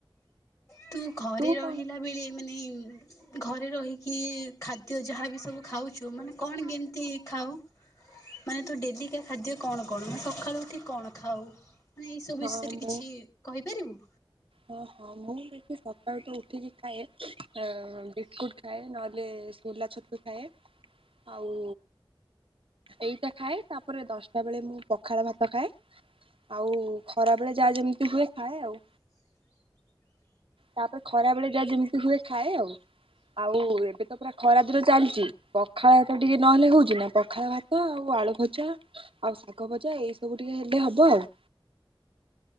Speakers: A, on the left (about 35°); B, on the right (about 80°).
A: ତୁ ଘରେ
B: ତୁ
A: ରହିଲା
B: କଣ?
A: ବେଳେ ମାନେ ଘରେ ରହିକି ଖା ଦ୍ୟ ଯାହା ବି ସବୁ ଖାଉଛୁ ମାନେ କଣ କେମିତି ଖାଉ। ମାନେ ତୋ ଡେଲ୍ଲୀକା ଖାଦ୍ୟ କଣ କଣ <unintelligible> ସଖାଳୁ ଉଠି କଣ ଖାଉ। ମାନେ ଏଇସବୁ
B: ହଁ
A: ବିଷୟରେ
B: ମୁଁ
A: କିଛି କହିପାରିବୁ।
B: ହଁ ହଁ ମୁଁ ବେଶି ସକାଳୁ ତୁ ଉଠିକି ଖାଏ ଏଁ ବିସ୍କୁଟ ଖାଏ ନହେଲେ ଶୋଲା ଛତୁ ଖାଏ ଆଉ ଏଇଟା ଖାଏ ତାପରେ ଦଶଟା ବେଳେ ମୁଁ ପଖାଳ ଭାତ ଖାଏ। ଆଉ ଖରା ବେଳେ ଯାହା ଯେମିତି ହୁଏ ଖାଏ ଆଉ। ତାପରେ ଖରା ବେଳେ ଯାହା ଯେମିତି ହୁଏ ଖାଏ ଆଉ ଆଉ ଏବେ ତ ପୁରା ଖରା ଦିନ ଚାଲିଚି। ପଖାଳ ଭାତ ଟିକେ ନହେଲେ ହୋଉଚି ନା ପଖାଳ ଭାତ ଆଉ ଆଳୁ ଭଜା। ଆଉ ଶାଗ ଭଜା ଏଇ ସବୁ ଟିକେ ହେଲେ ହବ ଆଉ।